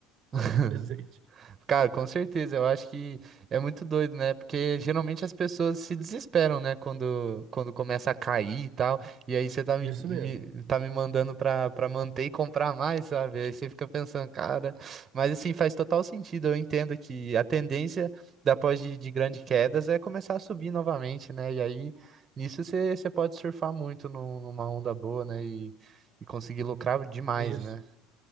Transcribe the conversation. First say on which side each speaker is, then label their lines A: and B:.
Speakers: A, on the right; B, on the right.
A: <laughs>
B: de <laughs> presente.
A: Cara, com certeza, eu acho que é muito doido, né? Porque geralmente as pessoas se desesperam, né? Quando, quando começa a cair e tal. E aí você tá me,
B: Isso
A: me-
B: mesmo,
A: tá me mandando pra, pra manter e comprar mais, sabe? Aí você fica pensando, cara. Mas assim, faz total sentido. Eu entendo que a tendência depois de, de grandes quedas é começar a subir novamente, né? E aí nisso você, você pode surfar muito num- numa onda boa, né? E, e conseguir lucrar demais,
B: isso.
A: né?